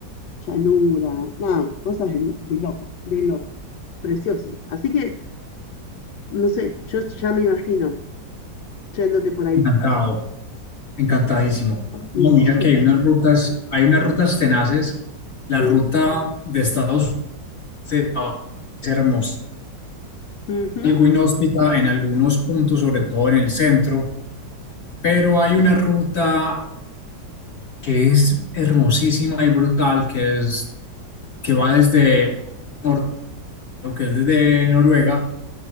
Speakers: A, on the left; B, on the left.
A: llanuras, nada, cosas de, de loco, de loco. Precioso. Así que, no sé, yo ya me imagino yéndote por ahí.
B: encantado, encantadísimo.
A: Y
B: No,
A: sí,
B: mira que hay unas rutas, hay unas rutas tenaces. La
A: mm,
B: ruta de Estados Unidos es hermosa
A: ujú,
B: algo inhóspita en algunos puntos, sobre todo en el centro, pero hay una ruta que es hermosísima y brutal, que es que va desde nor- que es desde Noruega